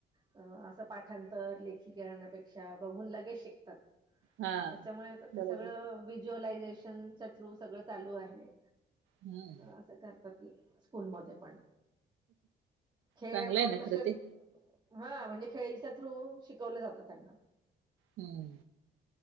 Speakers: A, on the right; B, on the right.
A: अ असं पाठांतर लेखीकरण्यापेक्षा बघून लगेच शिकतात.
B: हा
A: त्याच्यामुळे आता ते
B: बरोबर
A: सगळं विज्युलायजेशन शिक्षणच्या थ्रू सगळं चालू आहे.
B: हम्म
A: असं करतात स्कूलमध्ये पण. खेळ
B: चांगलंय
A: पण
B: ना,
A: तसेच
B: खरं ते.
A: हा म्हणजे खेळीच्या थ्रू शिकवलं जातं त्यांना.
B: हम्,